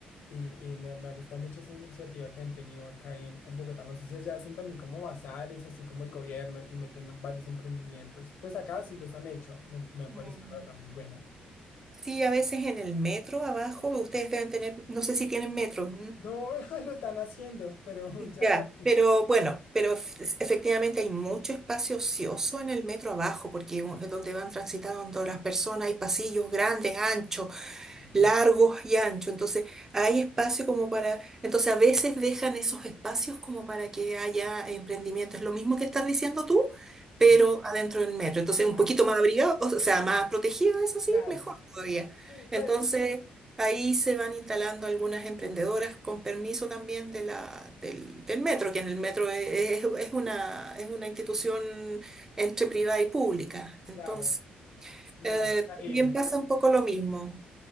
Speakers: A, on the left; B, on the right.
A: Y, y me, me ha gustado mucho esa iniciativa que han tenido acá en, en Bogotá. No sé si allá hacen también como bazares, así como el gobierno, y meten varios emprendimientos. Pues acá sí los han hecho. Me, me ha
B: mm.
A: parecido la verdad muy bueno.
B: Sí, a veces en el metro abajo, ustedes deben tener, no sé si tienen metro.
A: No, <laughs> lo están haciendo, pero <laughs> ya
B: Ya,
A: casi.
B: pero bueno, pero ef- efectivamente hay mucho espacio ocioso en el metro abajo, porque u- es donde van transitando las personas, hay pasillos grandes, anchos,
A: Sí.
B: largos y anchos, entonces hay espacio como para, entonces a veces dejan esos espacios como para que haya emprendimiento, es lo mismo que estás diciendo tú,
A: sí.
B: pero adentro del metro, entonces un
A: Ah,
B: poquito más abrigado, o sea, más protegido, eso sí,
A: claro.
B: mejor todavía.
A: Sí, pues,
B: Entonces ahí se van instalando algunas emprendedoras con permiso también de la, del, del metro, que en el metro es, es- es una, es una institución entre privada y pública, entonces
A: claro. Me
B: eh,
A: va a tocar ir.
B: también pasa un poco lo mismo.